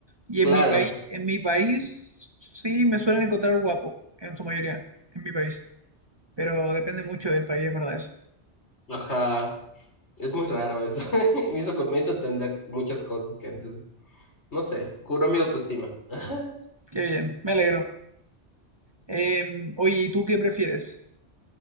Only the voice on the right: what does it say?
Y
en mi país, en mi país sí me suelen encontrar guapo, en su mayoría, en mi país. Pero depende mucho del país, es verdad eso.
Qué bien, me alegro. Eh, oye, ¿y tú qué prefieres?